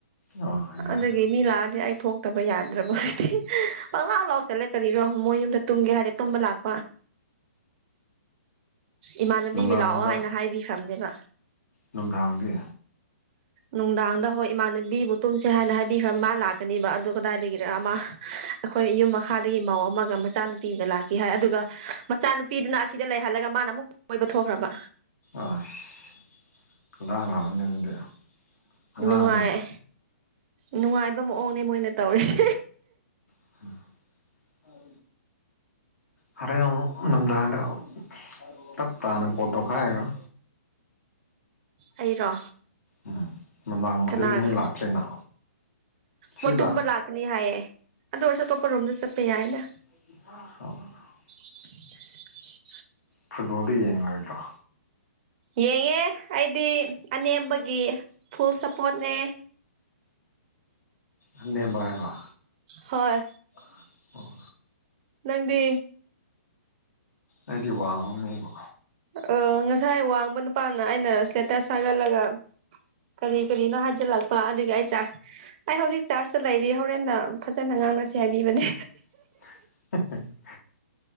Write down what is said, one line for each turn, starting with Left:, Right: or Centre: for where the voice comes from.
Left: ꯑꯣ ꯌꯥꯏ
Right: ꯑꯗꯨꯒꯤ ꯃꯤ ꯂꯥꯛꯑꯗꯤ ꯑꯩ ꯊꯣꯛꯇꯕ ꯌꯥꯗ꯭ꯔꯕ ꯄꯪꯂꯥꯎ ꯂꯥꯎꯁꯜꯂ‌ꯦ ꯀꯔꯤꯔꯣ ꯃꯣꯏ ꯌꯨꯝꯗ ꯇꯨꯝꯒꯦ ꯍꯥꯏꯗꯤ ꯇꯨꯝꯕ ꯂꯥꯛꯄ ꯏꯃꯥꯟꯅꯕꯤꯕꯤ
Left: ꯅꯨꯡꯗꯥꯡꯗ
Right: ꯂꯥꯛꯑꯣ ꯍꯥꯏꯅ ꯍꯥꯏꯕꯤꯈ꯭ꯔꯕꯅꯦꯕ
Left: ꯅꯨꯡꯗꯥꯡꯗꯤ
Right: ꯅꯨꯡꯗꯥꯡꯗ ꯍꯣꯏ ꯏꯃꯥꯟꯅꯕꯤꯕꯨ ꯇꯨꯝꯁꯦ ꯍꯥꯏꯅ ꯍꯥꯏꯕꯤꯈ꯭ꯔ ꯃꯥ ꯂꯥꯛꯀꯅꯤꯕ ꯑꯗꯨ ꯀꯗꯥꯏꯗꯒꯤꯔ ꯑꯃ ꯑꯩꯈꯣꯏ ꯌꯨꯝ ꯃꯈꯥꯗꯒꯤ ꯃꯥꯎ ꯑꯃꯒ ꯃꯆꯥꯅꯨꯄꯤꯒ ꯂꯥꯛꯈꯤ ꯍꯥꯏ ꯑꯗꯨꯒ ꯃꯆꯥꯅꯨꯄꯤꯗꯨꯅ ꯑꯁꯤꯗ ꯂꯩꯍꯜꯂꯒ ꯃꯥꯅ ꯑꯃꯨꯛꯕ ꯀ‌ꯣꯏꯕ ꯊꯣꯛꯈ꯭ꯔꯕ
Left: ꯑꯁ ꯂꯥꯡ ꯂꯥꯛꯃꯅꯤ ꯑꯗꯨꯗꯤ ꯑꯉꯥꯡꯗꯅ
Right: ꯅꯨꯡꯉꯥꯏ ꯅꯨꯡꯉꯥꯏꯕ ꯃꯑꯣꯡꯅꯦ ꯃꯣꯏꯅ ꯇꯧꯔꯤꯁꯦ
Left: ꯍꯝ ꯍ‌ꯣꯔ‌ꯦꯟ ꯑꯃꯨꯛ ꯅꯨꯝꯗꯥꯡꯗ ꯑꯃꯨꯛ ꯇꯞ ꯇꯥꯅ ꯀꯣꯜ ꯇꯩꯈꯥꯏꯒꯔ‌ꯣ
Right: ꯑꯩꯔꯣ
Left: ꯎꯝ ꯅꯨꯡꯗꯥꯡꯒꯨꯝꯕꯗꯗꯤ
Right: ꯀꯅꯥꯒ
Left: ꯃꯤ ꯂꯥꯛꯇ꯭ꯔ‌ꯦꯅ ꯁꯤꯗ
Right: ꯃꯣꯏ ꯇꯨꯝꯕ ꯂꯥꯛꯀꯅꯤ ꯍꯥꯏꯌꯦ ꯑꯗꯨ ꯑꯣꯏꯔꯁꯨ ꯑꯇꯣꯞꯄ ꯔꯣꯝꯗ ꯆꯠꯄ ꯌꯥꯏꯅ
Left: <inaudible>
Right: <unintelligible>
Left: ꯐꯨꯠꯕꯣꯜꯗ ꯌꯦꯡꯉꯥꯔ‌ꯣꯏꯗ꯭ꯔꯣ
Right: ꯌꯦꯡꯉꯦ ꯑꯩꯗꯤ ꯑꯅꯦꯝꯕꯒꯤ ꯐꯨꯜ ꯁꯞꯄꯣꯔꯠꯅꯦ
Left: ꯑꯅ‌ꯦꯝꯕ ꯍꯥꯏꯕ
Right: ꯍꯣꯏ
Left: ꯑꯣ
Right: ꯅꯪꯗꯤ
Left: ꯑꯩꯗꯤ ꯋꯥꯡꯕ ꯃꯤꯕꯨ
Right: ꯑ ꯉꯁꯥꯏ ꯋꯥꯡꯕ ꯅꯨꯄꯥꯅ ꯑꯩꯅ ꯁꯇ‌ꯦꯇꯁ ꯊꯥꯒꯠꯂꯒ ꯀꯔꯤ ꯀꯔꯤꯅꯣ ꯍꯥꯏꯖꯤꯜꯂꯛꯄ ꯑꯗꯨꯒꯤ ꯑꯩ ꯆꯥꯔ ꯑꯩ ꯍꯧꯖꯤꯛ ꯆꯥꯔꯆꯇ ꯂꯩꯔꯤ ꯍꯣꯔꯦꯟꯅ ꯐꯖꯅ ꯉꯥꯡ ꯁꯥꯟꯅꯁ‌ꯦ ꯍꯥꯏꯕꯤꯕꯅꯦ
Left: <inaudible>